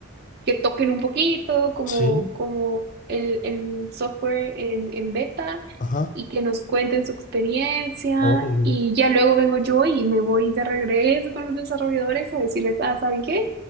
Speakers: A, on the right (about 45°); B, on the left (about 35°).
A: que toquen un poquito, como,
B: Sí,
A: como el, el software en, en beta,
B: ajá.
A: y que nos cuenten su experiencia.
B: Órale.
A: Y ya luego vengo yo y me voy de regreso con los desarrolladores a decirles, ah, ¿saben qué?